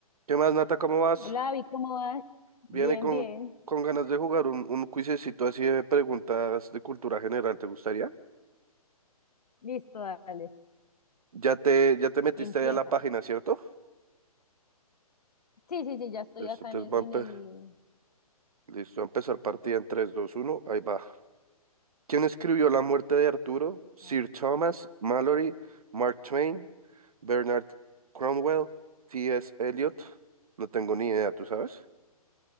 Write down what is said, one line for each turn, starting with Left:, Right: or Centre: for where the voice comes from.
Right: ¿Qué más, Nata? ¿Cómo vas?
Left: Hola, Abby, ¿cómo vas? Bien,
Right: Viene con,
Left: bien.
Right: con ganas de jugar un, un cuisecito así de preguntas de cultura general, ¿te gustaría?
Left: Listo, dale.
Right: Ya te, ya te metiste
Left: Empieza.
Right: ahí a la página, ¿cierto?
Left: Sí, sí, sí, ya estoy
Right: Listo,
Left: acá
Right: entonces
Left: en el,
Right: va
Left: en
Right: a, empe-
Left: el...
Right: listo, va a empezar partida en tres, dos, uno. ahí va. ¿Quién escribió La muerte de Arturo? Sir
Left: Dale.
Right: Thomas Mallory, Mark Twain, Bernard Cromwell, T. S. Eliot. No tengo ni idea, ¿tú sabes?